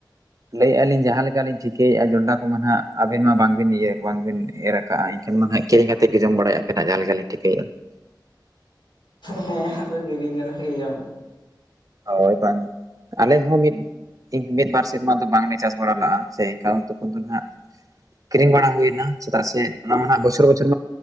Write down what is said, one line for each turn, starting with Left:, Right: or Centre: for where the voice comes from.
Right: ᱞᱟᱹᱭᱮᱫᱼᱟ ᱞᱤᱧ ᱡᱟᱦᱟᱸ ᱞᱮᱠᱟᱞᱤᱧ ᱴᱷᱤᱠᱟᱹᱭᱮᱫᱼᱟ ᱡᱚᱱᱰᱨᱟ ᱠᱚᱢᱟ ᱦᱟᱜ ᱟᱹᱵᱤᱱ ᱢᱟ ᱵᱟᱝᱵᱤᱱ ᱤᱭᱟᱹ ᱵᱟᱝᱵᱤᱱ ᱮᱨ ᱟᱠᱟᱜ। ᱠᱟᱜᱼᱟ ᱮᱱᱠᱷᱟᱱ ᱢᱟ ᱦᱟᱜ ᱠᱤᱨᱤᱧ ᱠᱟᱛᱮ ᱜᱮ ᱡᱚᱢ ᱵᱟᱲᱟᱭ ᱟᱯᱮ ᱱᱟᱦᱟᱜ ᱡᱟᱦᱟᱸ ᱞᱮᱠᱟᱞᱤᱧ ᱴᱷᱤᱠᱟᱹᱭᱮᱫᱼᱟ?
Left: ᱦᱮᱸ ᱟᱫᱚ ᱠᱤᱨᱤᱧ ᱠᱟᱛᱮᱜ ᱜᱮ ᱡᱚᱢ
Right: ᱦᱳᱭ ᱵᱟᱝ ᱟᱞᱮ ᱦᱚᱸ ᱢᱤᱫ ᱢᱤᱫ ᱵᱟᱨ ᱥᱮᱨᱢᱟ ᱫᱚ ᱵᱟᱝᱞᱮ ᱪᱟᱥ ᱵᱟᱲᱟ ᱞᱟᱜᱼᱟ ᱥᱮ ᱮᱱᱠᱷᱟᱱ ᱛᱚᱠᱷᱚᱱ ᱫᱚ ᱱᱟᱜ ᱠᱤᱨᱤᱧ ᱵᱟᱲᱟ ᱦᱩᱭᱱᱟ ᱪᱮᱫᱟᱜ ᱥᱮ ᱚᱱᱟ ᱢᱟ ᱱᱟᱜ ᱵᱚᱪᱷᱚᱨ ᱵᱚᱪᱷᱚᱨ